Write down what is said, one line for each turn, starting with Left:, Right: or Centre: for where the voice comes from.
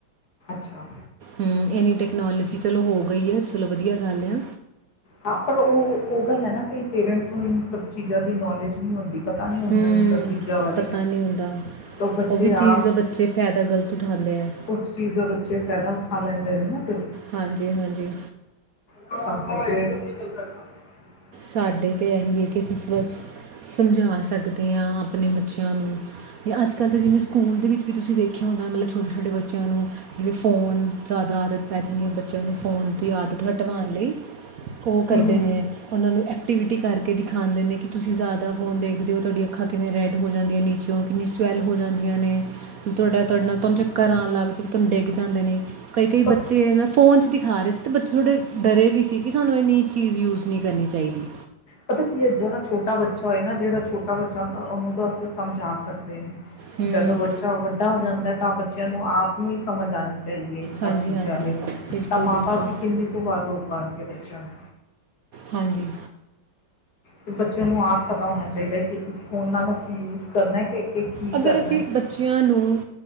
Left: ਛਾ
Right: ਹਮ ਇਹਨੀ ਟੈਕਨੋਲੋਜੀ ਚਲੋ ਹੋ ਗਈ ਹੈ ਚਲੋ ਵਧੀਆ ਗੱਲ ਐ।
Left: ਹਾਂ ਪਰ ਉਹ ਓ ਉਹ ਗੱਲ ਹੈ ਨਾ ਕਈ ਪੇਰੈਂਟਸ ਨੂੰ ਇਨ ਸਭ ਚੀਜਾਂ ਦੀ ਨੌਲੇਜ ਨੀ ਹੁੰ ਦੀ ਪਤਾ ਨੀ ਹੁੰਦਾ
Right: ਹੂੰ
Left: ਇਨ ਸਭ ਚੀਜਾਂ ਬਾਰੇ
Right: ਪਤਾ ਨਹੀਂ ਹੁੰਦਾ
Left: ਤੋ ਬੱਚੇ
Right: ਉਹ ਵੀ ਚੀਜ਼
Left: ਆਪ
Right: ਦਾ ਬੱਚੇ ਫਾਇਦਾ ਗਲਤ ਉਠਾਉਂਦੇ ਆ
Left: ਉਸ ਚੀਜ਼ ਦੇ ਬੱਚੇ ਫਾਇਦਾ ਉਠ ਅਲੱਗ ਗਏ ਦੇ ਨੇਂ ਫੇਰ
Right: ਹਾਂਜੀ ਹਾਂਜੀ
Left: <inaudible>
Right: ਸਾਡੇ ਤੇ ਇਹੀ ਹੈ ਕਿ ਅਸੀ ਸ ਬਸ ਸਮਝਾ ਸਕਦੇ ਹਾਂ ਆਪਣੇ ਬੱਚਿਆਂ ਨੂੰ ਯਾ ਅੱਜ ਕੱਲ੍ਹ ਤੇ ਜਿਵੇਂ ਸਕੂਲ ਦੇ ਵਿੱਚ ਵੀ ਤੁਸੀਂ ਦੇਖਿਆ ਹੋਣਾ ਮਤਲਬ ਛੋਟੇ ਛੋਟੇ ਬੱਚਿਆਂ ਨੂੰ ਜਿਵੇਂ ਫ਼ੋਨ ਜ਼ਿਆਦਾ ਆਦਤ ਪੈ ਜਾਂਦੀ ਹੈ ਬੱਚਿਆਂ ਨੂੰ ਫ਼ੋਨ ਦੀ ਆਦਤ ਹਟਵਾਉਨ ਲਈ ਉਹ ਕਰਦੇ
Left: ਹੂੰ
Right: ਨੇਂ ਉਹਨਾਂ ਨੂੰ ਐਕਟੀਵਿਟੀ ਕਰਕੇ ਦਿਖਾਉਂਦੇ ਨੇ ਕਿ ਤੁਸੀਂ ਜ਼ਿਆਦਾ ਫੋਨ ਦੇਖਦੇ ਹੋ ਤੁਹਾਡੀ ਅੱਖਾਂ ਕਿਵੇਂ ਰੈੱਡ ਹੋ ਜਾਂਦੀਆਂ ਨੀਚਿਓ ਕਿੰਨੀ ਸਵੈੱਲ ਹੋ ਜਾਂਦੀਆਂ ਨੇਂ ਤੁਹਾਡਾ ਤੁਹਾਡੇ ਨਾਲ ਤੁਹਾਨੂੰ ਚੱਕਰ ਆਉਣ ਲੱਗ <inaudible> ਡਿੱਗ ਜਾਂਦੇ ਨੇਂ ਕਈ ਕਈ ਬੱਚੇ
Left: ਪਰ
Right: ਨਾ ਫੋਨ 'ਚ ਦਿਖਾ ਰਹੇ ਸੀ ਤੇ ਬੱਚੇ ਥੋੜ੍ਹੇ ਡਰੇ ਵੀ ਸੀ ਕਿ ਸਾਨੂੰ ਇਹੰਨੀ ਚੀਜ਼ ਯੂਜ਼ ਨੀ ਕਰਨੀ ਚਾਹੀਦੀ
Left: ਪਤਾ ਕੀ ਐ ਜਿਹੜਾ ਛੋਟਾ ਬੱਚਾ ਹੋਏ ਨਾ ਜਿਹੜਾ ਛੋਟਾ ਬੱਚਾ ਹੁੰਦਾ ਹੈ ਉਹਨੂੰ ਤਾਂ ਅਸੀਂ ਸਮਝਾ ਸਕਦੇ ਨੇ।
Right: ਹੂੰ
Left: ਜਦੋਂ ਬੱਚਾ ਵੱਡਾ ਹੋ ਜਾਂਦਾ ਹੈ ਤਾਂ <inaudible> ਚੇਆਂ ਨੂੰ ਆਪ ਨੂੰ ਹੀ ਸਮਝ ਆਉਨੀ ਚ ਚਾਹਿਦੀ ਹੈ ਇਨ
Right: ਹਾਂਜੀ
Left: ਸਭ ਚੀਜਾਂ
Right: ਹਾਂਜੀ
Left: ਦੀ
Right: ਬਿਲਕੁਲ
Left: ਤਾ
Right: ਬਿਲਕੁਲ
Left: ਮਾਂ ਬਾਪ ਵੀ ਕਿੰਨੀ ਕੁ ਵਾਰ ਰੋਕ ਪਾਉਨਗੇ ਬ ਚਲੋ
Right: ਹਾਂਜੀ
Left: ਤੇ ਬੱਚਿਆਂ ਨੂੰ ਆਪ ਪਤਾ ਹੋਉਣਾ ਚਾਹੀਦਾ ਐ ਕਿ ਇਸ ਫੋਨ ਨਾਲ ਅਸੀਂ ਯੂਜ ਕਰਨਾ ਹੈ ਕਿ ਕਿ ਕੀ
Right: ਅਗਰ
Left: ਕਰਨਾ।
Right: ਅਸੀਂ
Left: ਹੈ।
Right: ਬੱਚਿਆਂ ਨੂੰ